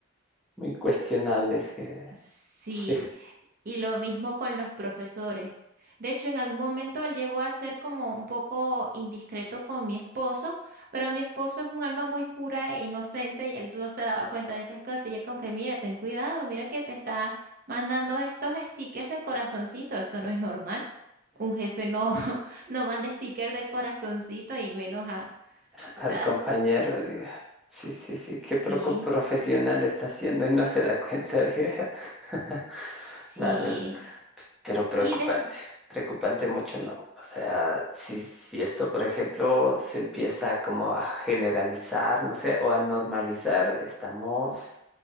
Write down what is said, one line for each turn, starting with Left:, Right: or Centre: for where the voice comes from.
Centre: Muy cuestionables que
Right: Sí.
Centre: sí,
Right: Y lo mismo con los profesores. De hecho, en algún momento él llegó a ser como un poco indiscreto con mi esposo, pero mi esposo es un alma muy pura e inocente y él no se daba cuenta de esas cosas. Y yo como que, mira, ten cuidado, mira que te está mandando estos stickers de corazoncito, esto no es normal. Un jefe no, <laughs> no manda stickers de corazoncito y menos a...
Centre: <laughs> al
Right: O sea,
Centre: compañero, diga, sí, sí, sí, qué
Right: sí,
Centre: poco profesional está haciendo y no se da cuenta, diga. <laughs>
Right: sí.
Centre: La verdad. Pero preocupante,
Right: Y de...
Centre: preocupante mucho no. O sea, si, si esto, por ejemplo, se empieza como a generalizar, no sé, o a normalizar, estamos